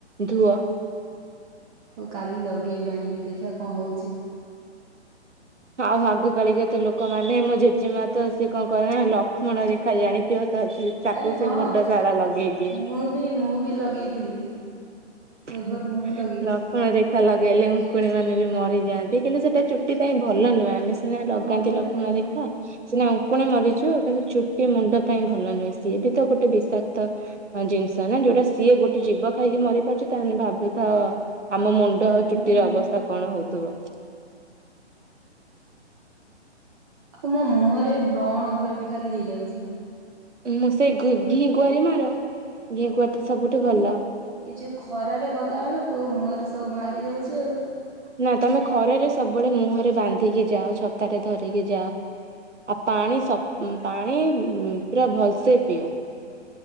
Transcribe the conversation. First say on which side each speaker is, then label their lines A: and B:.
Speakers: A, on the right (about 85°); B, on the right (about 30°).
A: ଧୁ
B: ହଉ କାଲି ଲଗେଇବି ଆଣିକି ଦେଖିବା କଣ ହୋଉଛି।
A: ଆଉ ଆଗ କଳିକା ତ ଲୋକ ଲୋକ ମାନେ ମୋ ଜେଜେମା ତ ସିଏ କଣ କରେ ନା ଲକ୍ଷ୍ମଣ ରେଖା ଜାଣିଥିବ ତ ତାକୁ
B: ଆରେ
A: ସେ
B: ହଁ
A: ମୁଣ୍ଡ ସାରା ଲଗେଇଦିଏ।
B: ମୁଁ ବି ମୁଁ ବି ଲଗେଇଥିଲି। ପୂର୍ବରୁ
A: ଉଁ
B: ମୁଁ ବି
A: ହୁଁ
B: ଲଗେଇଛି।
A: ଲକ୍ଷ୍ମଣ ରେଖ୍ ଖା ଲଗେଇଲେ ଉଙ୍କୁଣି ମାନେ ବି ମରିଯାଆନ୍ତି କିନ୍ତୁ ସେଟା ଚୁଟି ପାଇଁ ଭଲ ନୁହଁ ଆମେ ସିନା ଲଗାନ୍ତି
B: ହଁ ପରା
A: ଲକ୍ଷ୍ମଣ
B: ହଁ
A: ରେଖା ସିନା ଉଁଙ୍କୁଣି ମରିଯିବ କିନ୍ତୁ ଚୁଟି ମୁଣ୍ଡ ପାଇଁ ଭଲ ନୁହେଁ ସି ଏ ବି ତ ଗୋଟେ ବିଷାକ୍ତ ହଁ ଜିନିଷ ନା ଯୋଉଟା ସିଏ ଗୋଟେ ଜିବ ଖାଇକି ମରି ପାରୁଚି ତାହେଲେ ଭାବୁଥାଅ ଆମ ମୁଣ୍ଡ
B: ହଁ।
A: ଚୁଟିର ଅବସ୍ଥା କଣ ହଉଥୁବ।
B: ଆଉ ମୋ ମୁହଁରେ ବ୍ରଣ ଗୁରା ବି ଖାଲି ହେଇଯାଉଚି।
A: ମୁଁ ସେଇ ଘି କୁଆଁରି ମାର ଘି କୁଆଁରି ତ ସବୁଠୁ ଭଲ।
B: ଏଇ ଯୋଉ ଖରାରେ ଗଲା ବେଳକୁ ମୁହଁ ରେ ସବୁ ବାହାରି ଯାଉଛି ଆଉ।
A: ନା ତମେ ଖରାରେ ସବୁବେଳେ ମୁହଁରେ ବାନ୍ଧିକି ଯାଅ ଛତାଟେ ଧରିକି ଯାଅ। ଆ ପାଣି ସପ ପାଣି ପୁରା ଭଲସେ ପିଅ।